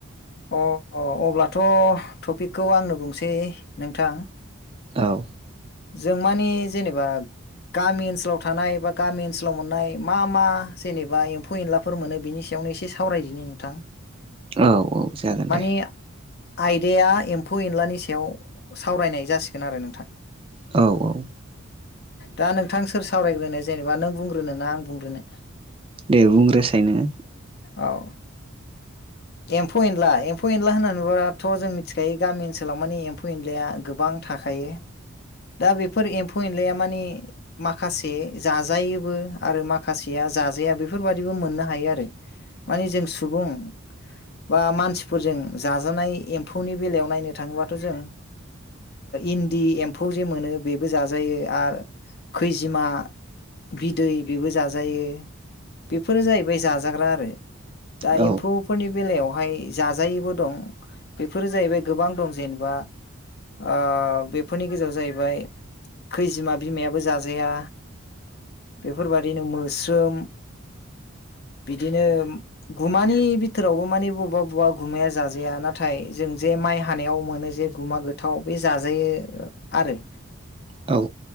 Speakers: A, on the left; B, on the right.
A: अ अ अब्लाथ' टपिकखौ आंनो बुंसै नोंथां।
B: औ
A: जों माने जेनेबा गामि ओनसोलाव थानाय बा गामि ओनसोलाव मोननाय मा मा जेनेबा एम्फौ एनला फोर मोनो बिनि सायावनो एसे सावरायदिनि नोंथां।
B: औ औ जागोन
A: मानि
B: दे।
A: आयदाया एम्फौ एनलानि सायाव सावरायनाय जासिगोन आरो नोंथां।
B: औ औ
A: दा नोंथां सोर सावरायग्रोनो जेनेबा नों बुंग्रोनो ना आं बुंग्रोनो?
B: दे बुंग्रोसाय नोङो।
A: औ एम्फौ एनला एम्फौ एनला होननानैबाथ' जों मिथिखायो गामि ओनसोलाव मानि एम्फौ एनलाया गोबां थाखायो। दा बेफोर एम्फौ एनलाया मानि माखासे जाजायोबो आरो मा खासेया जाजाया बेफोरबादिबो मोननो हायो आरो माने जों सुबुं बा मानसिफोरजों जाजानाय एम्फौनि बेलायाव नायनो थाङोबाथ' जों इन्दि एम्फौ जे मोनो बेबो जाजायो आरो खैजिमा बिदै बेबो जाजायो बेफोरो जाहैबाय जाजाग्रा आरो। दा
B: औ
A: एम्फौ फोरनि बेलायावहाय जाजायैबो दं बेफोरो जाहैबाय गोबां दं जेनेबा अ बेफोरनि गेजेराव जाहैबाय खैजिमा बिमायाबो जाजाया बेफोरबादिनो मोस्रोम बिदिनो गुमानि बि थोरावबो मानि बबेबा बबेबा गुमाया जाजाया नाथाय जों जे माइ हानायाव मोनो जे गुमा गो थाव बे जाजायो आरो।
B: औ